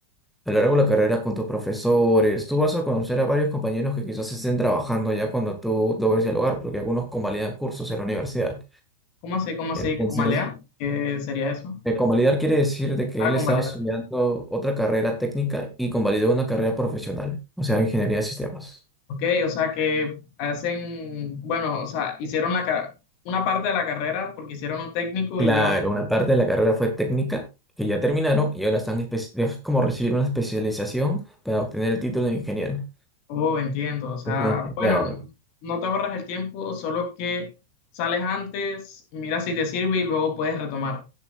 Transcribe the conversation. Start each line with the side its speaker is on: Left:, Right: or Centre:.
Centre: A lo largo de la carrera con tus profesores, tú vas a conocer a varios compañeros que quizás estén trabajando ya cuando tú logres dialogar, porque algunos convalidan cursos en la universidad.
Left: ¿cómo así? ¿Cómo así?
Centre: Entonces,
Left: ¿Con Balea? ¿Qué sería eso?
Centre: eh, convalidar quiere decir de que
Left: Ah,
Centre: él
Left: con
Centre: estaba
Left: Balea.
Centre: estudiando otra carrera técnica y convalidó una carrera profesional, o sea, ingeniería de sistemas.
Left: Ok, o sea que hacen, bueno, o sea, hicieron la, ca- una parte de la carrera porque hicieron un técnico
Centre: Claro,
Left: y luego...
Centre: una parte de la carrera fue técnica, que ya terminaron, y ahora están espe- es como recibir una especialización para obtener el título de ingeniero.
Left: Oh, entiendo. O sea,
Centre: Ajá,
Left: bueno,
Centre: claro,
Left: no te ahorras el tiempo, solo que sales antes, miras si te sirve y luego puedes retomar.